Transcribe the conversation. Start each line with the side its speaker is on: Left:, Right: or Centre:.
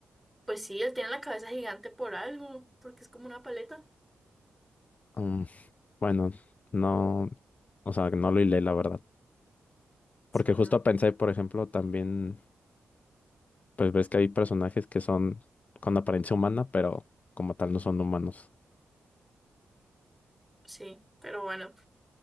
Centre: Pues sí, él tiene la cabeza gigante por algo, porque es como una paleta.
Left: Mm, bueno, no, o sea, no lo hilé, la verdad. Porque
Centre: Sí,
Left: justo
Centre: no.
Left: pensé, por ejemplo, también, pues ves que hay personajes que son con apariencia humana, pero como tal no son humanos.
Centre: Sí, pero bueno,